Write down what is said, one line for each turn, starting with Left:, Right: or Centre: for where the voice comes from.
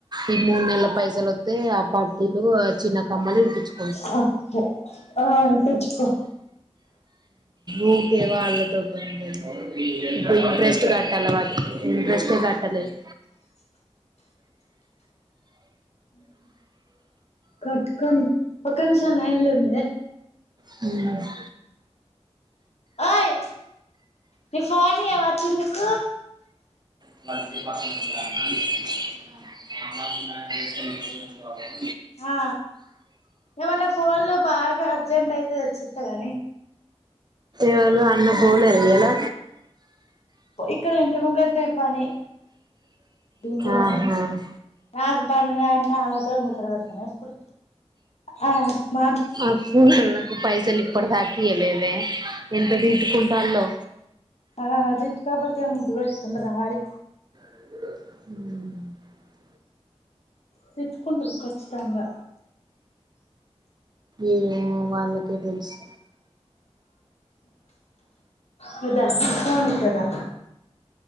Right: ఈ మూడు నెలల పైసలొత్తే ఆ పటీలు ఆ చిన్న కమ్మలు విడిపిచ్చు
Left: ఆ ప్ ఆ విడిపిచ్చుకో
Right: ఊరికే వాళ్ళ తోటి <inaudible> ఇప్పుడు ఇంట్రెస్ట్ కట్టాలి వాటికి ఇంట్రెస్టే కట్టలేదు
Left: కట్టుకొని ఒక్క నిమిషం లైన్లో ఉండే
Right: హ్మ్
Left: ఓయ్ నీ ఫో నియ్యవా చిన్నుకు
Right: <inaudible>
Left: ఆ ఏమన్నా ఫోన్లు బాగా అర్జెంట్ అయితే తేచ్చిత్తా గాని
Right: ఎవలు అన్న పోలేదా ఇయ్యాల
Left: ఇక్కడ ఇంటి ముంగటనే పని బిందు కాని
Right: ఆహా
Left: నాకు పని ఉందంటే ఆమెతో ముచ్చట పెడతానా ఇప్పుడు ఆ మ
Right: ఆ కూళ్ళు నాకు పైసలు ఇప్పటిదాకా ఇయ్యలేదే ఎంత తిట్టుకుంటాల్లో
Left: ఆ తిట్టుకోకపోతే ముద్దు పెట్టుకుంటారా మరి
Right: మ్మ్
Left: తిట్టుకుంటారు ఖచ్చితంగా
Right: ఏమో వాళ్ళకే తెలుసు
Left: మీ దస్ ఇస్తాంది కదా